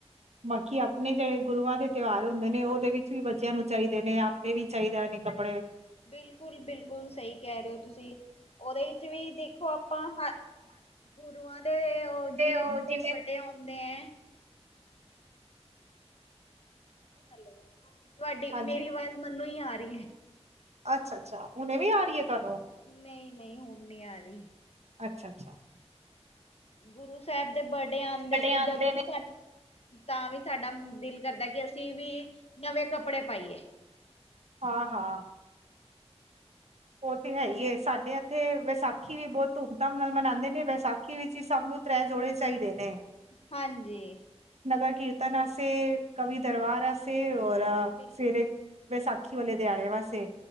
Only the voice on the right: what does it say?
ਬਾਕੀ ਆਪਨੇ ਜੇੜੇ ਗੁਰੂਆਂ ਦੇ ਤਿਓਹਾਰ ਹੁੰਦੇ ਨੇ ਓਦੇ ਵਿੱਚ ਵੀ ਬੱਚੇਆਂ ਨੂੰ ਚਾਈਦੇ ਨੇ ਆਪ ਏ ਵੀ ਚਾਈਦਾ ਨੇ ਕੱਪੜੇ
ਉਹ ਜਿਵੇਂ
ਹਾਂਜੀ
ਅੱਛਾ-ਅੱਛਾ ਹੁਨ ਵੀ ਆ ਰਈ ਐ ਤੁਆਨੂੰ।
ਅੱਛਾ-ਅੱਛਾ।
ਸਾਡੇ
ਆਉਂਦੇ
ਹਾਂ-ਹਾਂ। ਓ ਤੇ ਹੈਈ ਐ ਸਾਡੇ ਤੇ ਵੈਸਾਖੀ ਵੀ ਬੋਤ ਧੂਮ ਧਾਮ ਨਾਲ ਮਨਾਂਦੇ ਨੇ ਵੈਸਾਖੀ ਵਿੱਚ ਵੀ ਸਬ ਨੂੰ ਤ੍ਰੈ ਜੋੜੇ ਚਾਈਦੇ ਨੇ।
ਨਗਰ ਕੀਰਤਨ ਆਸਤੇ ਕਵੀ ਦਰਬਾਰ ਅਸ ਤੇ ਔਰ ਆ
ਸਵੇਰੇ ਵੈਸਾਖੀ ਵਾਲੇ ਦਿਆੜੇ ਵਾਸਤੇ,